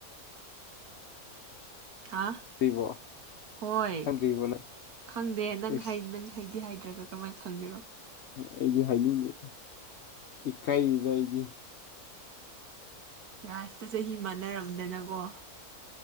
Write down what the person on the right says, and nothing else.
ꯍꯥ
ꯍꯣꯏ
ꯈꯪꯗꯦ ꯅꯪ
ꯅ ꯍꯩꯗꯤ ꯍꯥꯏꯗ꯭ꯔꯒ ꯀꯃꯝꯥꯏꯅ ꯊꯝꯕꯤꯔ
ꯀꯁꯤꯗ ꯆꯍꯤ ꯃꯥꯟꯅꯔꯝꯗꯅꯀꯣ